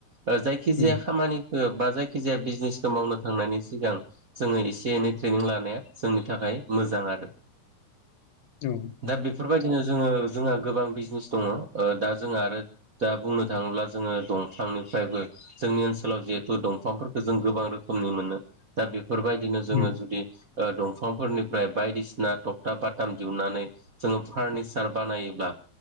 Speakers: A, on the right; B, on the left.
A: बा जायखि
B: उम
A: जाया खामानिखौ बा जायखि जाया बिजनेसखौ मावनो थांनायनि सिगां जोङो एसे एनै ट्रेनिं लानाया जोंनि थाखाय मोजां आरो
B: औ उम
A: दा बेफोरबायदि बिनो जोङो जोंहा गोबां बिजनेस दङ। दा जोंहा आरो दा बुंनो थाङोब्ला जोङो दंफां निफ्रायबो जोंनि ओनसोलाव जिहेथु दंफांफोरखौ जों गोबां रोखोमनि मोनो। दा बे फोरबायदिनो जोङो
B: उम
A: जुदि ओ बिफांफोरनिफ्राय बायदिसिना थखथा बाथाम दिहुननानै जोङो फार्निचार बानायोब्ला